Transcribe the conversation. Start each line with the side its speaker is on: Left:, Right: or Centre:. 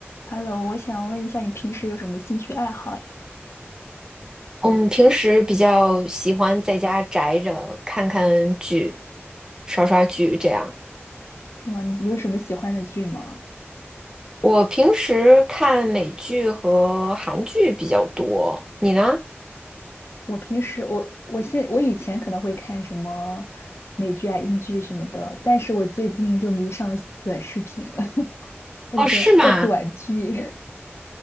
Left: Hello，我想问一下，你平时有什么兴趣爱好呀？
Right: 我们平时比较喜欢在家宅着，看看剧，刷刷剧这样。
Left: 是吗？你有什么喜欢的剧吗？
Right: 我平时看美剧和韩剧比较多，你呢？
Left: 我平时，我我现我以前可能会看什么美剧啊、英剧什么的，但是我最近就迷上了短视频了 <laughs> 他们说叫短剧，
Right: 哦，是吗？